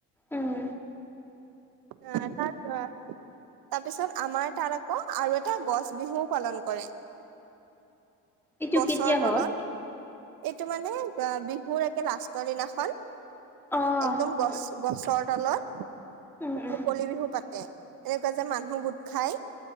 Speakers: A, in the centre; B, on the right.
A: উম।
B: অ'- তাৰ <unintelligible> তাৰ পিছত আমাৰ তাৰ আকৌ আৰু এটা গছ বিহুও পালন কৰে।
A: এইটো
B: গছৰ
A: কেতিয়া
B: তলত
A: হয়?
B: এইটো মানে বিহুৰ একে লাষ্টৰ দিনাখন,
A: অ',
B: একদম গছ
A: অ',
B: গছৰ তলত
A: উম, উম,
B: মুকলি বিহু পাতে এনেকুৱা যে মানুহ গোট খাই